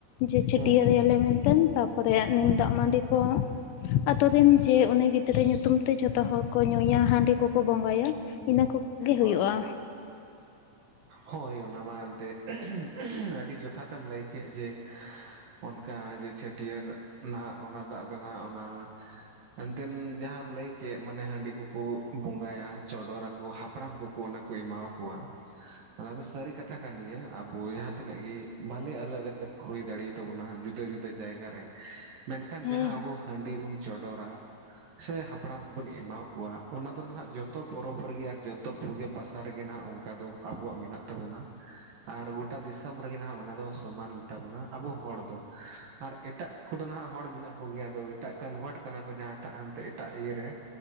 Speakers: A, on the left; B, on the right.
A: ᱡᱮ ᱪᱷᱟᱹᱴᱭᱟᱹᱨ
B: ᱦᱩᱸ
A: ᱮᱭᱟᱞᱮ ᱢᱮᱱᱛᱮᱱ ᱛᱟᱯᱚᱨᱮ ᱱᱤᱢ ᱫᱟᱜᱽ ᱢᱟᱹᱰᱤ ᱠᱚ ᱟᱛᱳ ᱨᱮᱱ ᱡᱮ ᱩᱱᱤ ᱜᱤᱫᱽᱨᱟᱹ ᱧᱩᱛᱩᱢ ᱛᱮ ᱡᱚᱛᱚ ᱦᱚᱲ ᱠᱚ ᱧᱩᱭᱟ ᱦᱟᱺᱰᱤ ᱠᱚᱠᱚ ᱵᱚᱸᱜᱟᱭᱟ᱾ ᱤᱱᱟᱹ ᱠᱚᱜᱮ
B: ᱦᱳᱭ
A: ᱦᱩᱭᱩᱜᱼᱟ᱾
B: ᱦᱳᱭ ᱚᱱᱟ ᱢᱟ ᱮᱱᱛᱮᱫ ᱟᱹᱰᱤ ᱡᱚᱛᱷᱟᱛ ᱮᱢ ᱞᱟᱹᱭ ᱠᱮᱫ ᱡᱮ ᱚᱱᱠᱟ ᱡᱮ ᱪᱷᱟᱹᱴᱭᱟᱹᱨ ᱱᱟᱸᱦ ᱚᱱᱟ ᱨᱮᱱᱟᱜ ᱫᱚ ᱱᱟᱦᱟᱸᱜ ᱚᱱᱟ ᱮᱱᱛᱮᱱ ᱡᱟᱦᱟᱸᱢ ᱞᱟᱹᱭ ᱠᱮᱫ ᱢᱟᱱᱮ ᱦᱟᱺᱰᱤ ᱠᱚᱠᱚ ᱵᱚᱸᱜᱟᱭᱟ ᱪᱚᱰᱚᱨ ᱟᱠᱚ ᱦᱟᱯᱲᱟᱢ ᱠᱚᱠᱚ ᱚᱱᱟ ᱠᱚ ᱮᱢᱟ ᱠᱚᱣᱟ ᱚᱱᱟ ᱫᱚ ᱥᱟᱹᱨᱤ ᱠᱟᱛᱷᱟ ᱠᱟᱱ ᱜᱮᱭᱟ ᱟᱵᱚ ᱡᱟᱦᱟᱸᱛᱤᱱᱟᱹᱜ ᱜᱮ ᱵᱷᱟᱞᱮ ᱟᱞᱟᱜ ᱟᱞᱟᱜ ᱦᱩᱭ ᱫᱟᱲᱮᱣᱟᱜ ᱛᱟᱵᱚᱱᱟ ᱡᱩᱫᱟᱹ ᱡᱩᱫᱟᱹ ᱡᱟᱭᱜᱟ ᱨᱮ ᱢᱮᱱᱠᱷᱟᱱ
A: ᱦᱮᱸ
B: ᱡᱟᱦᱟᱸ ᱟᱵᱚ ᱦᱟᱺᱰᱤ ᱵᱚᱱ ᱪᱚᱰᱚᱨᱟ ᱥᱮ ᱦᱟᱯᱲᱟᱢ ᱠᱚᱵᱚᱱ ᱮᱢᱟ ᱠᱚᱣᱟ ᱚᱱᱟ ᱫᱚ ᱦᱟᱜ ᱡᱚᱛᱚ ᱯᱚᱨᱚᱵᱽ ᱨᱮᱜᱮ ᱟᱨ ᱡᱚᱛᱚ ᱯᱩᱡᱟᱹ ᱯᱟᱥᱟ ᱨᱮᱜᱮ ᱱᱟᱜ ᱚᱱᱠᱟ ᱫᱚ ᱟᱵᱚᱣᱟᱜ ᱢᱮᱱᱟᱜ ᱛᱟᱵᱚᱱᱟ᱾ ᱟᱨ ᱜᱚᱴᱟ ᱫᱤᱥᱚᱢ ᱨᱮᱜᱮ ᱦᱟᱜ ᱚᱱᱟ ᱫᱚ ᱥᱚᱢᱟᱱ ᱜᱮ ᱛᱟᱵᱚᱱᱟ ᱟᱵᱚ ᱦᱚᱲ ᱫᱚ᱾ ᱟᱨ ᱮᱴᱟᱜ ᱠᱚᱫᱚ ᱱᱟᱦᱟᱜ ᱦᱚᱲ ᱢᱮᱱᱟᱜ ᱠᱚᱜᱮᱭᱟ ᱟᱫᱚ ᱮᱴᱟᱜ ᱠᱚᱱᱵᱷᱟᱨᱴ ᱟᱠᱟᱱᱟ ᱠᱚ ᱡᱟᱦᱟᱸᱴᱟᱜ ᱮᱛᱮᱡ ᱮᱴᱟᱜ ᱤᱭᱟᱹ ᱨᱮ᱾